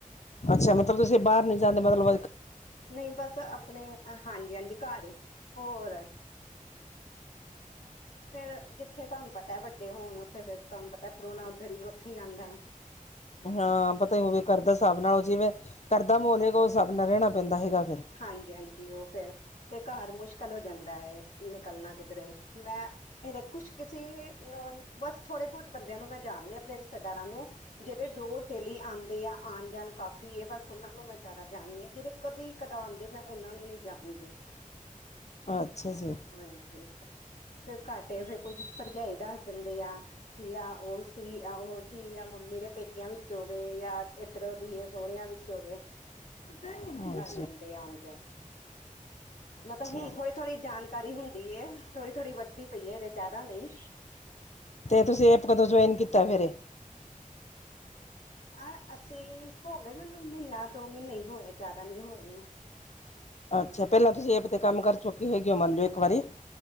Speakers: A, on the left (about 55°); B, on the left (about 70°).
A: ਅੱਛਾ, ਮਤਲਬ ਤੁਸੀਂ ਬਾਹਰ ਨੀ ਜਾਂਦੇ ਮਤਲਬ ਵਰਕ
B: ਨਹੀਂ ਬਸ ਆਪਣੇ ਹਾਂਜੀ-ਹਾਂਜੀ ਘਰ ਈ ਹੋਰ ਫੇਰ ਜਿੱਥੇ ਤੁਹਾਨੂੰ ਪਤਾ ਵੱਡੇ ਹੋਣ ਉੱਥੇ ਫੇਰ ਤੁਹਾਨੂੰ ਪਤਾ ਪਰੋਣਾ ਉੱਧਰ ਹੀ ਉੱਥੇ ਹੀ ਆਂਦਾ।
A: ਹਾਂ ਪਤਾ ਈ ਉਮੇ ਕਰਦਾ ਸਾਭ ਨਾਲ ਉਹ ਜਿਵੇਂ ਕਰਦਾ ਮੋਹੇਗਾ ਉਹ ਸਾਬ ਨਾਲ ਰਹਿਣਾ ਪੈਂਦਾ ਹੈਗਾ ਫੇਰ।
B: ਹਾਂਜੀ-ਹਾਂਜੀ, ਉਹ ਫਿਰ ਤੇ ਘਰ ਮੁਸ਼ਕਿਲ ਹੋ ਜਾਂਦਾ ਏ। ਨਿਕਲਣਾ ਕਿੱਧਰੇ ਮੈਂ ਇਹਦੇ ਕੁਛ ਕਿਸੀ ਨੋਨ ਬਸ ਥੋੜੇ ਬਹੁਤ ਬੰਦਿਆਂ ਨੂੰ ਮੈਂ ਜਾਣਦੀ ਆ ਅਪਣੇ ਸਰਦਾਰਾ ਨੂੰ। ਜਿਹੜੇ ਡੋਰ ਡੇਲੀ ਆਂਦੇ ਆ ਆਣ ਜਾਣ ਕਾਫੀ ਆ ਬਸ ਉਹਨਾਂ ਨੂੰ ਮੈਂ ਜਿਆਦਾ ਜਾਣਦੀ ਆ ਜਿਹੜੇ ਕਦੇ ਕਦਾ ਆਂਦੇ ਪਿਆ ਉਹਨਾਂ ਨੂੰ ਨੀ ਜਾਣਦੀ।
A: ਅੱਛਾ ਜੀ।
B: ਹਾਂਜੀ ਫਿਰ ਘਾਟੇ ਫਿਰ ਕੁਛ ਭਰਜਾਈ ਦੱਸ ਦਿੰਦੇ ਆ। ਕੀ ਆ ਓ ਸੀ ਆ ਓ ਸੀ ਆ ਮੰਮੀ ਦੇ ਪੇਕ ਪੇਕੇਆ ਵਿਚੋ ਵੈ ਯਾ ਇਧਰੋ ਦੀ ਸੋਹੁਰਆਂ ਵਿੱਚੋ ਵੇ।
A: <inaudible>
B: ਦਿੰਦੇ ਆ ਉਂਜ ਮੈਂਤਾ
A: ਅੱਛਾ
B: ਹੁਨ
A: ਜੀ
B: ਥੋੜੀ ਥੋੜੀ ਜਾਨਕਾਰੀ ਹੁੰਦੀ ਏ ਥੋੜੀ ਥੋੜੀ ਵੱਧਦੀ ਪਈ ਏ ਹਜੇ ਜਾਦਾ ਨਈ।
A: ਤੇ ਤੁਸੀ ਐਪ ਕਦੋ ਜੁਆਇਨ ਕੀਤਾ ਫੇਰ?
B: ਆ ਅਸੀ ਹੋ ਗਏ ਮੈਨੂੰ ਮੀਨਾ ਦੋ ਮੀਨੇ ਹੀ ਹੋਯੇ ਜਾਦਾ ਨੀ ਹੋਏ।
A: ਅੱਛਾ ਪੇਲਾ ਤੁਸੀ ਐਪ ਤੇ ਕੰਮ ਕਰ ਚੁਕੇ ਹੈਗੇ ਓ ਮੰਨ ਲਓ ਇੱਕ ਵਾਰੀ।